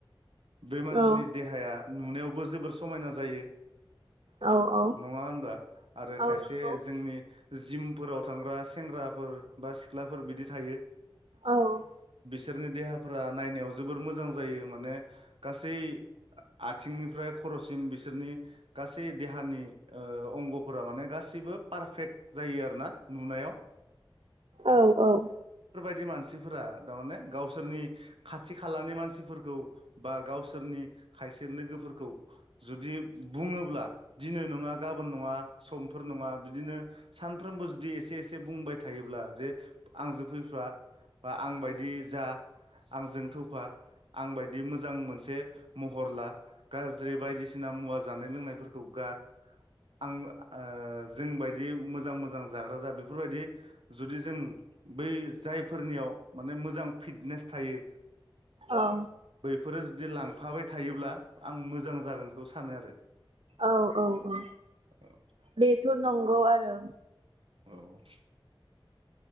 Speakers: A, on the right; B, on the right.
A: बे मानसिनि
B: औ
A: देहाया नुनायावबो जोबोर समायना जायो।
B: औ औ
A: नङा होनबा आरो
B: औ
A: खायसे
B: नंगौ
A: जोंनि जिम फोराव थांग्रा सेंग्राफोर बा सिख्लाफोर बिदि थायो।
B: औ
A: सोरनि देहाफोरा नायनायाव जोबोर मोजां जायो माने गासै आथिंनिफ्राय खर'सिम बिसोरनि गासै देहानि ओ अंग' फोरा माने गासिबो पारफेक्ट जायो आरो ना नुनायाव।
B: औ औ
A: दि मानसिफोरा दारमाने गावसोरनि खाथि खालानि मानसिफोरखौ बा गावसोरनि खायसे लोगोफोरखौ जुदि बुङोब्ला दिनै नङा गाबोन नङा, समफोर नङा बिदिनो सानफ्रोमबो जुदि एसे एसे बुंबाय थायोब्ला जे आंजों फैफा बा आंबायदि जा आंजों थौफा आंबायादि मोजां मोनसे महर ला गाज्रि बायदिसिना मुवा जानाय लोंनायफोरखौ गार आं ओ जोंबायदि मोजां मोजां जाग्रा जा बेफोरबायदि जुदि जों बै जायफोरनियाव माने मोजां फिटनेस थायो।
B: औ
A: फोरो जुदि लांफाबाय थायोब्ला आं मोजां जागोनखौ सानो आरो।
B: औ औ औ
A: औ
B: बेथ' नंगौ आरो
A: औ